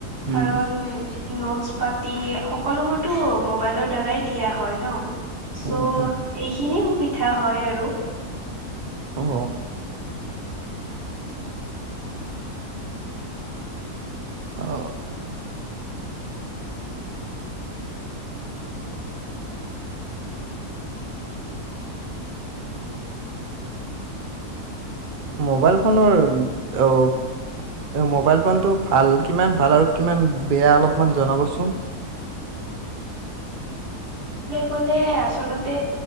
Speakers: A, on the right; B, on the right.
A: উম
B: কাৰণ নটচ পাতি সকলোবোৰতো মোবাইলৰ দ্বাৰাই দিয়া হয় ন চ'
A: উম উম
B: এইখিনিয়ে সুবি পিঠা হয় আৰু
A: অঁ। অঁ মোবাইল ফোনৰ অঁ মোবাইল ফোনটো ভাল কিমান ভাল আৰু কিমান বেয়া অলপমান জনাবচোন
B: কলে আচলতে